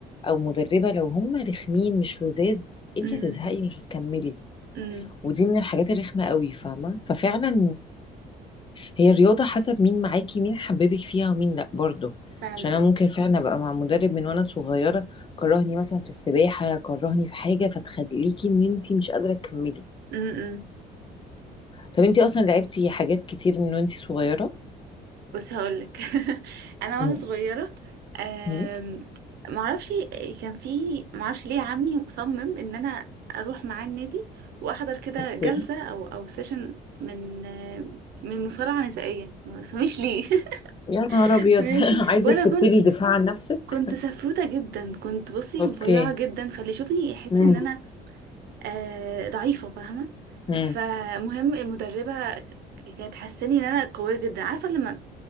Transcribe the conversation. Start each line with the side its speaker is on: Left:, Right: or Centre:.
Left: او مدربة لو هم رخمين مش لذاذ انت
Right: امم
Left: هتزهقي مش هتكملي
Right: امم
Left: ودي من الحاجات الرخمة قوي فاهمة ففعلا هي الرياضة حسب مين معاكي مين حببك فيها ومين لأ برضه
Right: فعلا
Left: عشان أنا
Right: اه
Left: ممكن فعلا أبقى مع مدرب من وأنا صغيرة كرهني مثلا في السباحة كرهني في حاجة فتخليكي إن أنتي مش قادرة تكملي
Right: امم
Left: طب أنتي أصلا لعبتي حاجات كتير من وأنتي صغيرة؟
Right: بس هقولك <laughs> انا
Left: مم.
Right: وانا صغيره أم...
Left: مم.
Right: معرفش كان في معرفش ليه عمي مصمم ان انا اروح معاه النادي واحضر كده
Left: أوكي.
Right: جلسه او او سيشن من من مصارعه نسائيه ما تفهميش ليه
Left: يا نهار
Right: <laughs>
Left: أبيض
Right: ماشي
Left: <laughs> عايزك
Right: وانا
Left: تبتدي
Right: كنت
Left: دفاع عن نفسك؟
Right: كنت سفروته جدا كنت بصي
Left: أوكي
Right: رفيعه جدا فاللي يشوفني يحس
Left: مم.
Right: ان انا آه ضعيفه فاهمه
Left: مم.
Right: فمهم المدربه كانت حاساني ان انا قويه جدا عارفه لما